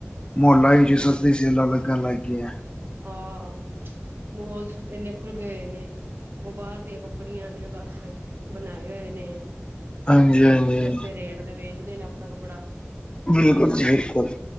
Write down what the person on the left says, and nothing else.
ਮੁਹੱਲਾ ਹੀ
ਚ ਸਸਤੀ ਸੇਲਾ ਲੱਗਣ ਲੱਗ ਗਈ ਐ।
ਹਾਂਜੀ
ਹਾਂਜੀ
ਬਿਲਕੁਲ ਜੀ ਬਿਲਕੁਲ